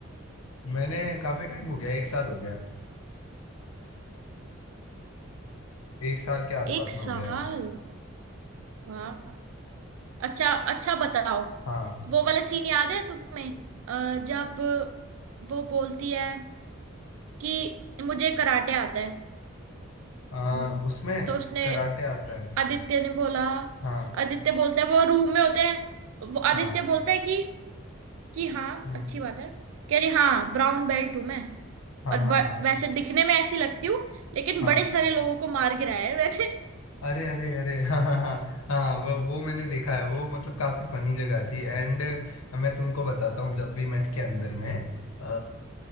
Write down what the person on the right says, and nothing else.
एक
साल
वाह अच्छा अच्छा बताओ
वो वाला सीन याद है तुम्हें अ, जब वो बोलती है कि मुझे कराटे आता है
हम्म,
तो उसने
आदित्य ने बोला
आदित्य बोलता है वो रूम में होते हैं वो आदित्य
बोलता है कि कि हाँ
अच्छी बात है कह रही हाँ ब्राउन बेल्ट हूं मैं
और ब,
वैसे दिखने में ऐसी लगती हूँ लेकिन
बड़े सारे लोगों को मार गिराया है मैंने